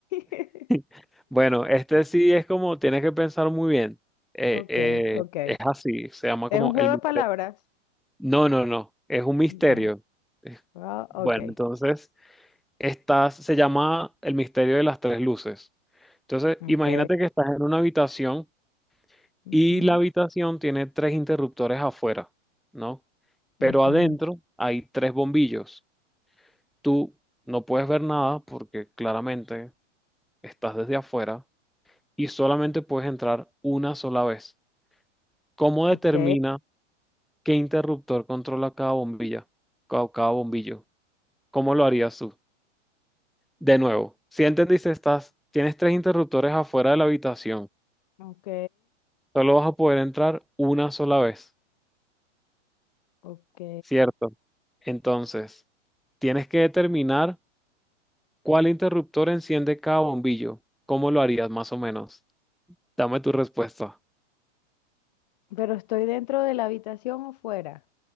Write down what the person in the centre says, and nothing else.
<laughs> Bueno, este sí es como, tienes que pensar muy bien. Eh,
eh,
es así, se llama
como
el...
mis-
No, no, no, es un misterio.
Es-
Bueno,
entonces, estás, se llama el misterio de las tres luces. Entonces,
imagínate que estás en una habitación
Y la habitación tiene tres interruptores afuera, ¿no?
Pero adentro hay tres bombillos. Tú no puedes ver nada porque claramente estás desde afuera y solamente puedes entrar una sola vez. ¿Cómo
determina qué interruptor controla cada bombilla, cada, cada bombillo? ¿Cómo lo harías tú? De nuevo, si entendiste, estás, tienes tres interruptores afuera de la habitación.
Solo vas a poder entrar una sola vez.
Cierto. Entonces, tienes que determinar cuál interruptor enciende cada bombillo. ¿Cómo lo harías más o menos? Dame tu respuesta.